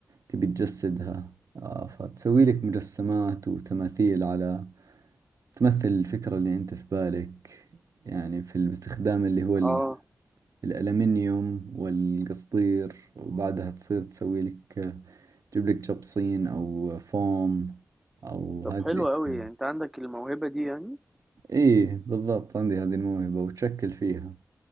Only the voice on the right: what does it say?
تبي تجسدها آه، فتسوي لك مجسمات وتماثيل على تمثل الفكرة اللي أنت في بالك يعني في باستخدام اللي هو ال-
الألمنيوم والقصدير وبعدها تصير تسوي لك آه، تجيب لك جبصين أو فوم أو
هذه
الأشياء
إيه بالضبط عندي هذه الموهبة وتشكل فيها